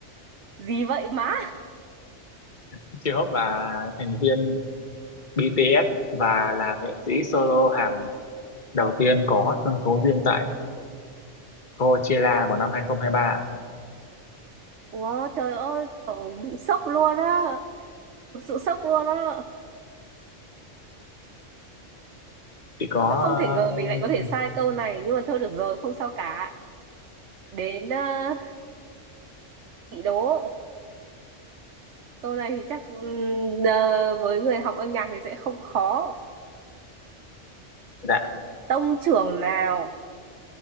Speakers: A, on the right; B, on the left.
A: gì vậy má
B: J-Hope là thành viên BTS và là nghệ sĩ solo Hàn đầu tiên có sân khấu riêng tại Coachella vào năm hai không hai ba
A: wow, trời ơi kiểu bị sốc luôn á thực sự sốc luôn á
B: chị có ờ,
A: Và không thể ngờ mình lại có thể sai câu này nhưng mà thôi được rồi không sao cả đến ờ, chị đố câu này thì chắc ừm, ờ, với người học âm nhạc thì sẽ không khó
B: dạ
A: tông trưởng nào